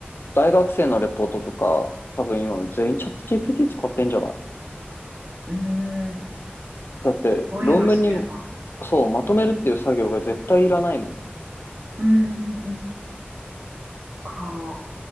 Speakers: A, on the left; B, on the right.
A: 大学生のレポートとか、多分今全員チャット GPT 使ってんじゃない
B: うーん。す
A: だって、
B: ごいわ、
A: 論文にも、
B: それは。
A: そう、まとめるっていう作業が絶対いらないもん。
B: うーん、うん。か。